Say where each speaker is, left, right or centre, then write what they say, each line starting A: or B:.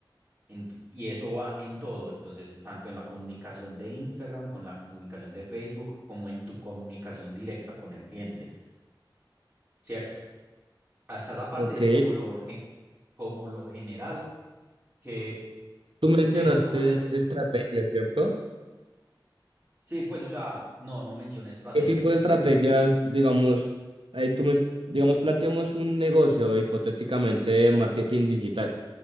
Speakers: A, on the right; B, on the right.
A: ent- y eso va en todo, entonces tanto en la comunicación de Instagram, con la comunicación de Facebook, como en tu comunicación directa con el cliente, ¿cierto? Hasta esa parte
B: Ok,
A: es como lo, gen- como lo general que
B: tú mencionaste
A: de cómo se...
B: es- estrategias, ¿cierto?
A: Sí, pues, o sea, no, no mencioné estrategias.
B: ¿Qué tipo de estrategias, digamos, ahí tú me, digamos, planteamos un negocio hipotéticamente de marketing digital?